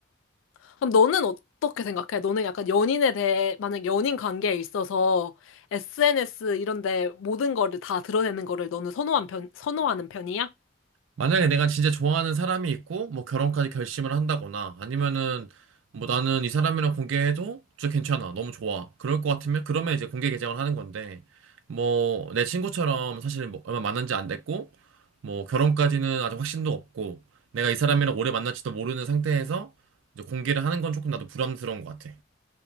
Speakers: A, on the left; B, on the right.
A: 그럼 너는 어떻게 생각해? 너는 약간 연인에 대해, 만약 연인 관계에 있어서 SNS 이런 데 모든 거를 다 드러내는 거를 너는 선호한 편, 선호하는 편이야?
B: 만약에 내가 진짜 좋아하는 사람이 있고, 뭐 결혼까지 결심을 한다거나, 아니면은, 뭐 나는 이 사람이랑 공개해도 진짜 괜찮아. 너무 좋아. 그럴 것 같으면, 그러면 이제 공개 계정을 하는 건데, 뭐, 내 친구처럼 사실 뭐 얼마 만난 지 안 됐고, 뭐 결혼까지는 아직 확신도 없고, 내가 이 사람이랑 오래 만날지도 모르는 상태에서 이제 공개를 하는 건 조금 나도 부담스러운 것 같아.